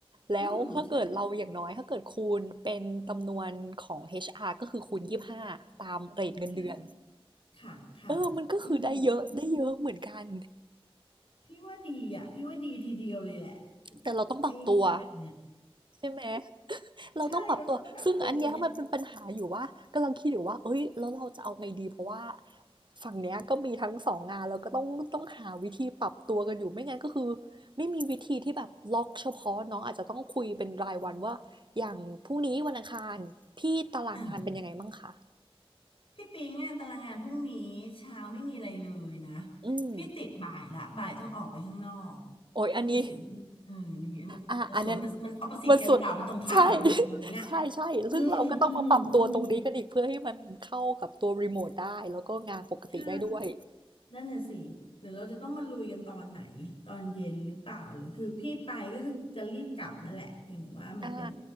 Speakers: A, on the right; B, on the left.
A: แล้วถ้าเกิดเราอย่างน้อยถ้าเกิดคูณเป็นจำนวนของ
B: อืมใช่
A: HR ก็คือคูณยี่สิบห้าตามเรทเงินเดือน
B: ค่ะค่ะค่ะ
A: เออมันก็คือได้เยอะได้เยอะเหมือนกัน
B: อืมอืมพี่ว่าดีอ่ะพี่ว่าดีทีเดียวเลยแหละ
A: แต่เราต้องปรับตัว
B: ไอ้คอนเซ็ปต์เนี่ย
A: ใช่ไหม <laughs> เราต้องปรับตัวซึ่งอันเนี้ยมันเป็นปัญหาอยู่ว่ากำลังคิดอยู่ว่าเอ้ยแล้วเราจะเอาไงดีเพราะว่า
B: ใช่มันต้องปรับตัวไง
A: ฝั่งเนี้ยก็มีทั้งสองงานแล้วก็ต้องต้องหาวิธีปรับตัวกันอยู่ไม่งั้นก็คือไม่มีวิธีที่แบบล็อกเฉพาะเน้องอาจจะต้องคุยเป็นรายวันว่าอย่างพรุ่งนี้วันอังคารพี่ตารางงานเป็นยังไงบ้างคะ
B: อ่า พี่ปิงอะตารางงานพรุ่งนี้เช้าไม่มีอะไรเลยนะ
A: อืม
B: พี่ติดบ่ายละบ่ายต้องออกไปข้างนอก
A: โอ้ยอันนี้
B: นั่นคือสิ่งที่เออมีมันมันสวนกันมันออปสิตกันหรือเปล่ามันตรงข้ามเลยเนี่ยตอนเนี้ย
A: อ่ะอันนั้นมันสุดใช่ <laughs> ใช่ใช่ซึ่งเราก็ต้องมาปรับตัวตรงนี้กันอีกเพื่อให้มันเข้ากับตัวรีโมทได้แล้วก็งานปกติได้ด้วย
B: อืมอืมอืมใช่นั่นน่ะสิหรือเราจะต้องมาลุยกันตอนไหนตอนเย็นหรือเปล่าหรือคือพี่ไปก็คือจะรีบกลับนั่นแหละเพียงแต่ว่ามันเป็น
A: อ่า